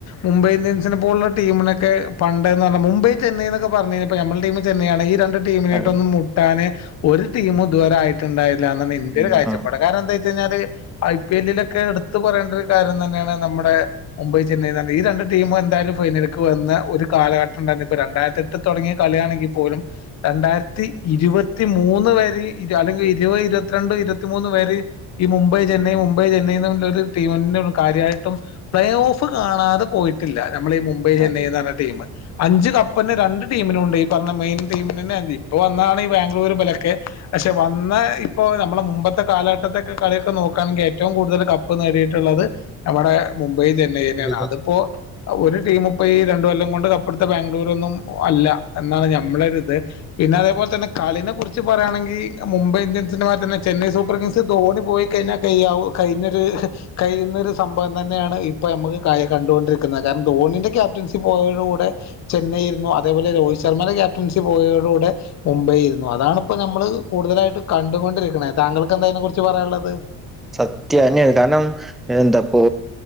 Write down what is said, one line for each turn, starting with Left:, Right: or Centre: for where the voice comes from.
Left: മുംബൈ ഇന്ത്യൻസിനെ പോലുള്ള ടീമിനക്കെ പണ്ടെന്ന് പറഞ്ഞ മുംബൈ ചെന്നൈന്നെക്കെ പറഞ്ഞ കഴിഞ്ഞപ്പമ്മടെ ടീം ചെന്നൈയാണ് ഈ രണ്ട് ടീമിനായിട്ടൊന്നും
Centre: അതെ
Left: മുട്ടാന് ഒരു ടീമുതുവര ആയിട്ടുണ്ടായില്ലാന്നാണ് ഇന്റെരു
Centre: എങ്കിലും
Left: കാഴ്ചപ്പാട്
Centre: ആ
Left: കാരണം എന്താ ച്ചെഴിഞ്ഞാല് ഐ പി എൽ ലിലൊക്കെ എടുത്തു പറയേണ്ടരു കാര്യം തന്നാണ് നമ്മടെ മുംബൈ ചെന്നൈ എന്ന് പറഞ്ഞ ഈ രണ്ട് ടീമു എന്തായാലും ഫൈനൽക്ക് വന്ന ഒരു കാലഘട്ടണ്ടായിരുന്നു ഇപ്പ രണ്ടായിരത്തെട്ട് തൊടങ്ങിയ കളിയാണെങ്കി പോലും രണ്ടാരത്തി ഇരുപത്തിമൂന്ന് വരെ അല്ലെങ്കി ഇരുപത് ഇരുപത്തിരണ്ട് ഇരുപത്തിമൂന്ന് വരെ ഈ മും ബൈ ചെന്നൈ മുംബൈ ചെന്നൈന്ന്ള്ള ഒരു ടീമന്നള്ളു കാര്യായിട്ടും പ്ലേ ഓഫ് കാണാതെ പോയിട്ടില്ലാ നമ്മളി ഈ മുംബൈ ചെന്നൈ
Centre: ആദ്യം
Left: ന്നറഞ്ഞ ടീമ് അഞ്ചു കപ്പന്നെ രണ്ട് ടീമിനുണ്ട് ഈ പറഞ്ഞ മെയിൻ ടീമിനന്നെ <unintelligible> ഇപ്പൊ വന്നാണ് ഈ ബാംഗ്ലൂരുംപെലക്കെ പക്ഷെ വന്ന് ഇപ്പോ നമ്മളെ മുമ്പത്തെ കാലഘട്ടത്തെക്കെ കളി ക്കനോക്കണെങ്കി ഏറ്റവും കൂടുതല് കപ്പ് നേടിയിട്ടൊള്ളത് നമ്മടെ മുംബൈ ചെന്നൈ ന്നെയാണ്
Centre: ഉപജ
Left: അത്പ്പോ ഒരു ടീമുപ്പ ഈ രണ്ടു കൊല്ലം കൊണ്ട് കപ്പെടുത്ത ബാംഗ്ലൂരൊന്നും അല്ല എന്നാണ് ഞമ്മളൊരിത് പിന്നെ അതേപോൽത്തന്നെ കളിനെകുറിച്ച് പറയാണെങ്കി മുംബൈ ഇന്ത്യൻസിന്റെമാരി തന്നെ ചെന്നൈ സൂപ്പർ കിങ്സ് ധോണി പോയി കെഴിഞ്ഞ <unintelligible> കഴിഞ്ഞരു കയിന്നൊരു സംഭവം തന്നെയാണ് ഇപ്പ യമ്മക്ക് കയ കണ്ടൊണ്ടിക്കുന്ന ക കാരണം ധോണിന്റെ ക്യാപ്റ്റൻസി പോയോതോടു കൂടെ ചെന്നൈയിരുന്നു അതേപലെ രോഹിത് ശർമ്മടെ ക്യാപ്റ്റൻസി പോയതോടു കൂടെ മുംബൈയിരുന്നു അതാണിപ്പ നമ്മള് കൂടുതലായിട്ട് കണ്ടുകൊണ്ടിരിക്കണ താങ്കൾക്കെന്താ അതിനെ കുറിച്ച് പറയാനൊള്ളത്?
Centre: സത്യന്നായിരുന്നു കാരണം എന്താപ്പോ